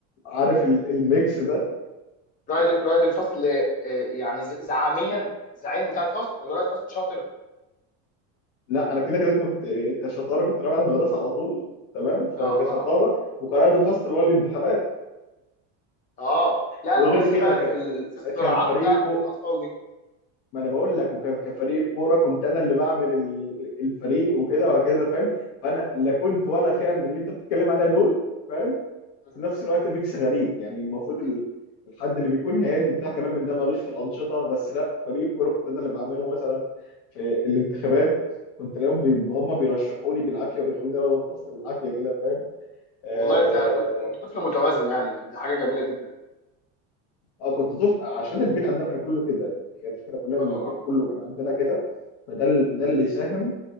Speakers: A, on the left; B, on the left.
A: عارف ال- الميكس ده
B: رائد رائد الفصل آه، يعني ز- زعاميا الزعيم بتاع الفصل ولا رائد الفصل شاطر
A: لا انا كده كده كنت كشطاره كنت الاول على المدرسه على طول تمام فكشطاره
B: اه اه
A: وقائد الفصل هو الانتخابات
B: اه لا
A: وغير
B: انا قصدي
A: كده
B: بقى
A: ك-
B: في ال... في الصراعات
A: كان فريق
B: بتاعه
A: كو
B: الاطفال دي
A: ما انا بقول لك وكان كفريق كوره كنت انا اللي بعمل ال- الفريق وكده وهكذا فاهم فانا لا كنت ولا فئه من اللي انت بتتكلم عليها دول فاهم
B: مم.
A: وفي نفس الوقت ميكس غريب يعني المفروض ال-
B: إن-
A: الحد اللي بيكون هادي بتاع كلام من ده ملوش في الانشطه بس لا فريق الكوره كنت انا اللي بعمله مثلا في الانتخابات كنت الاقيهم بي... هم بيرشحوني بالعافيه وبيخلوني انا الفصل بالعافيه كده فاهم اه
B: والله انت ك- كنت طفل متوازن يعني ده حاجه جميله جدا
A: آه، كنت طفل عشان البيت عندنا كان كله كده يعني هي الفكره كلها
B: اه
A: ان البيت
B: اه
A: كله كان عندنا كده فده ال- ده اللي ساهم